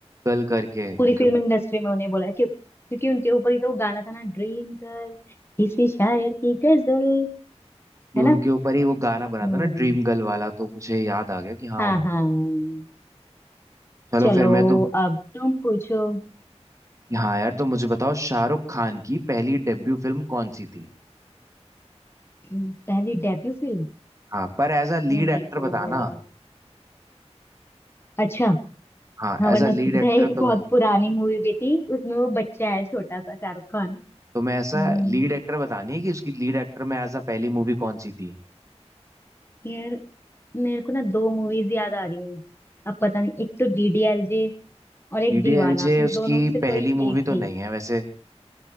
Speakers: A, on the right; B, on the left.
A: गर्ल करके उनके
B: पूरी फिल्म इंडस्ट्री में उन्हें बोला है, क्यों क्योंकि उनके ऊपर ही तो वो गाना था ना ड्रीम गर्ल किसी शायर की गजल
A: कि
B: है
A: उनके
B: ना
A: ऊपर ही वो गाना बना
B: हम्म,
A: था ना ड्रीम गर्ल वाला तो मुझे याद आ गया कि हाँ
B: हाँ
A: उनको
B: हाँ
A: चलो
B: चलो
A: फिर मैं तुम
B: अब तुम पूछो
A: हाँ यार तो मुझे बताओ शाहरुख खान की पहली डेब्यू फिल्म कौन सी थी
B: हम्म, पहली डेब्यू फिल्म
A: हाँ पर एज अ लीड
B: यार
A: एक्टर
B: ये तो
A: बताना
B: बड़ा अच्छा
A: हाँ
B: हाँ वरना
A: एज अ लीड
B: उसकी पता
A: एक्टर
B: है एक
A: तो
B: बहुत
A: मैं
B: पुरानी मूवी भी थी उसमें वो बच्चा है छोटा सा शाहरुख खान
A: तो मैं ऐसा
B: हम्म,
A: लीड एक्टर बतानी है कि उसकी लीड एक्टर में एज अ पहली मूवी कौन सी थी
B: यार मेरे को ना दो मूवीज याद आ रही हैं अब पता नहीं एक तो डीडीएलजे और एक
A: डीडीएलजे
B: दीवाना इन
A: उसकी
B: दोनों में से कोई
A: पहली
B: एक
A: मूवी तो
B: थी
A: नहीं है वैसे